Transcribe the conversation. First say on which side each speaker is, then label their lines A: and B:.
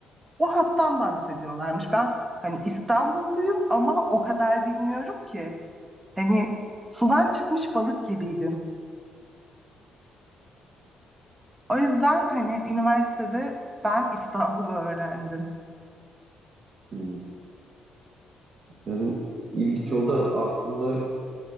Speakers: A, on the right; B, on the right.
A: O hattan bahsediyorlarmış. Ben hani İstanbulluyum ama o kadar bilmiyorum ki. Hani sudan çıkmış balık gibiydim. O yüzden hani üniversitede ben İstanbul'u öğrendim.
B: Hmm. Yani ilginç o da aslında